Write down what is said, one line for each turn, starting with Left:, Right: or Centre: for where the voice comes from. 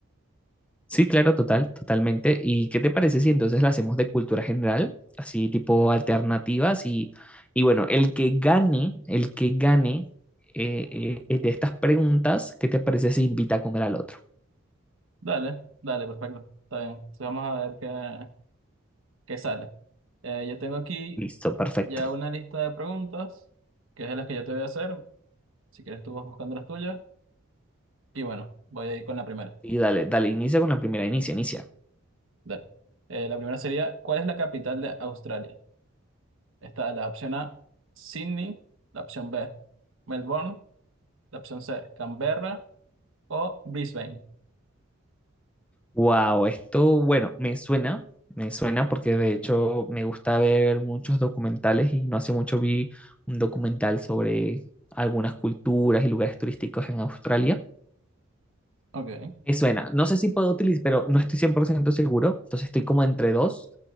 Centre: Sí, claro, total, totalmente. ¿Y qué te parece si entonces la hacemos de cultura general, así tipo alternativas? Y, y bueno, el que gane, el que gane eh, eh, eh, de estas preguntas, ¿qué te parece si invita a comer al otro?
Right: Dale, dale, perfecto. Está bien. Entonces vamos a ver qué, qué sale. Eh, yo tengo aquí
Centre: Listo, perfecto.
Right: ya una lista de preguntas, que es de las que yo te voy a hacer. Si quieres tú vas buscando las tuyas. Y bueno, voy a ir con la primera.
Centre: Y dale, dale, inicia con la primera, inicia, inicia.
Right: Dale. Eh, la primera sería, ¿cuál es la capital de Australia? Está la opción A, Sydney, la opción B, Melbourne, la opción C, Canberra o Brisbane.
Centre: Wow, esto, bueno, me suena, me suena porque de hecho me gusta ver muchos documentales y no hace mucho vi un documental sobre algunas culturas y lugares turísticos en Australia.
Right: Ok,
Centre: Me suena. No sé si puedo utilizar, pero no estoy 100% seguro. Entonces estoy como entre dos.